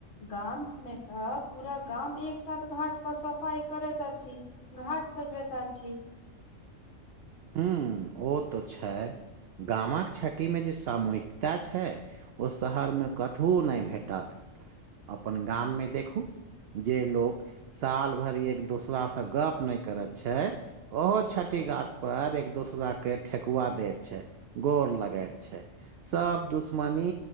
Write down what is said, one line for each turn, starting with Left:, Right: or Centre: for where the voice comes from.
Left: गाम मे तऽ पूरा गाम एक साथ घाट के सफाई करैत अछि घाट सजबैत अछि
Right: हुँ ओ तऽ छै गामक छठि मे जे सामूहिकता छै ओ शहरमे कतहु नहि भेटत अपन गाममे देखू जे लोक साल भरि एक दोसरा से गप नहि करैत छै ओहो छठी घाट पर एक दोसरा के ठेकुआ देय छै गोर लगयत छै सभ दुश्मनी